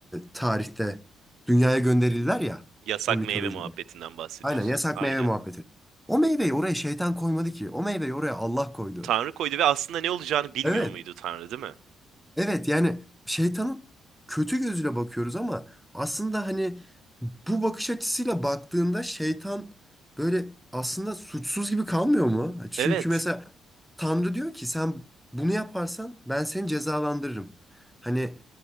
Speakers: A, in the centre; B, on the right.
A: tarihte dünyaya gönderirler ya
B: Yasak
A: o mitolojide.
B: meyve muhabbetinden bahsediyorsun.
A: Aynen yasak
B: Aynen.
A: meyve muhabbeti. O meyveyi oraya şeytan koymadı ki. O meyveyi oraya Allah koydu.
B: Tanrı koydu ve aslında ne olacağını bilmiyor
A: Evet.
B: muydu Tanrı, değil mi?
A: Evet yani şeytanın kötü gözüyle bakıyoruz ama aslında hani bu bakış açısıyla baktığında şeytan böyle aslında suçsuz gibi kalmıyor mu? Çünkü
B: Evet.
A: mesela Tanrı diyor ki sen bunu yaparsan ben seni cezalandırırım. Hani